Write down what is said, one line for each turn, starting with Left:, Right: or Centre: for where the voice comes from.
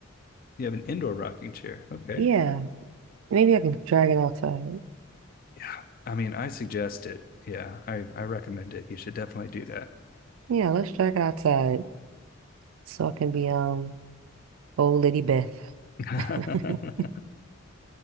Left: You have an indoor rocking chair. Okay.
Right: Yeah, maybe I can drag it outside.
Left: Yeah, I mean, I suggest it. Yeah, I I recommend it. You should definitely do
Right: Yeah, let's drag it outside so I can be um old lady Beth.
Left: that.
Right: <laughs>
Left: <laughs>